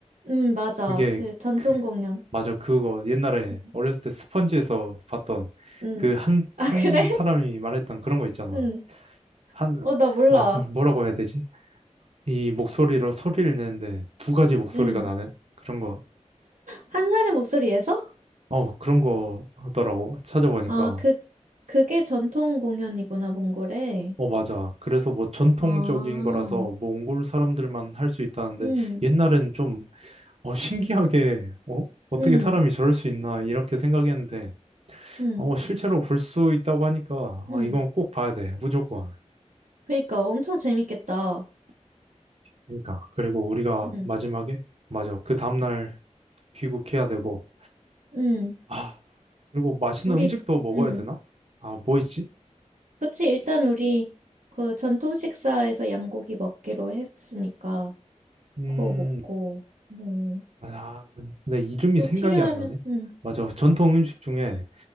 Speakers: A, on the right; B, on the right.
A: 응, 맞아.
B: 그게
A: 그 전통 공연.
B: 맞아 그거 옛날에
A: 응,
B: 어렸을 때 스펀지에서 봤던
A: 응.
B: 그 한
A: 아,
B: 한
A: 그래?
B: 사람이
A: <laughs>
B: 말했던 그런 거 있잖아.
A: 응.
B: 한
A: 어, 나 몰라.
B: 아 뭐- 뭐라고 해야 되지? 이 목소리로 소리를 내는데 두 가지 목소리가
A: 응.
B: 나는 그런 거
A: 한 사람의 목소리에서?
B: 어, 그런 거 하더라고. 찾아보니까.
A: 아, 그, 그게 전통 공연이구나, 몽골에.
B: 어, 맞아. 그래서 뭐 전통적인
A: 아.
B: 거라서 몽골 사람들만 할 수 있다는데
A: 응,
B: 옛날엔 좀 어, 신기하게 어? 어떻게
A: 응,
B: 사람이 저럴 수 있나 이렇게 생각했는데
A: 응,
B: 어, 실제로 볼 수 있다고 하니까
A: 응.
B: 아, 이건 꼭 봐야 돼. 무조건.
A: 그러니까 엄청 재밌겠다.
B: 그러니까. 그리고 우리가
A: 응,
B: 마지막에 맞아. 그 다음날 귀국해야 되고
A: 응.
B: 아, 그리고 맛있는
A: 우리,
B: 음식도 먹어야
A: 응.
B: 되나? 아, 뭐 있지?
A: 그치, 일단 우리 그 전통 식사에서 양고기 먹기로 했으니까
B: 음,
A: 그거 먹고, 뭐,
B: 아, 내 이름이
A: 또
B: 생각이
A: 필요하면,
B: 안 나네.
A: 응,
B: 맞아. 전통 음식 중에